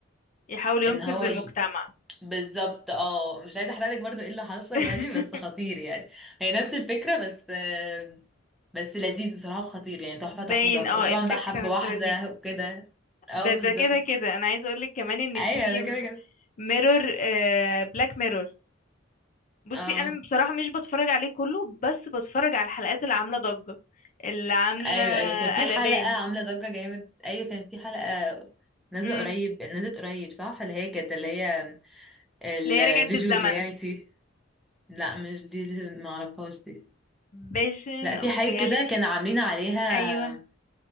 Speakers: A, on the left; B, in the centre.
A: يحاول ينقذ
B: ان هو
A: المجتمع
B: بالظبط اه مش عايزه احرقلك برضو ايه اللي حصل
A: <laughs>
B: يعني بس خطير يعني هي نفس الفكره بس آه، بس لذيذ بصراحه وخطير يعني تحفه
A: باين
B: تحفه تحفه
A: اه
B: وطبعا
A: الفكرة
B: بقى حب واحده
A: نفسها لذيذة
B: وكده اه
A: ده ده
B: بالظبط
A: كده كده انا عايزة اقولك كمان ان
B: ايوه
A: في
B: ده كده كده
A: ميرور آه بلاك ميرور بصي
B: اه
A: انا بصراحة مش بتفرج عليه كله بس بتفرج على الحلقات اللي عاملة ضجة اللي عاملة
B: ايوه ايوه كان في
A: قلبان
B: حلقه عامله ضجه جامد ايوه كان في حلقه نازله
A: امم
B: قريب نزلت قريب صح اللي هي كانت اللي هي الفيجوال
A: اللي هي رجعت بالزمن
B: رياليتي لا مش دي اللي معرفهاش دي
A: فيجن
B: لا
A: اوف
B: في حاجه
A: رياليتي
B: كده كانوا عاملين عليها
A: ايوه